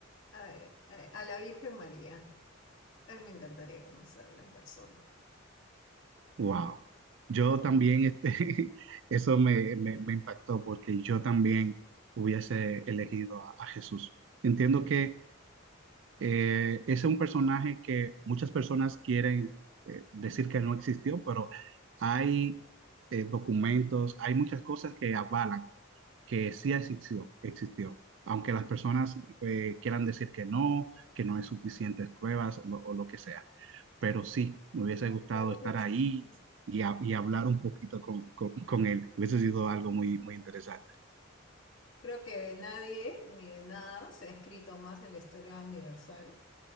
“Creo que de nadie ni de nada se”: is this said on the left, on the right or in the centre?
Left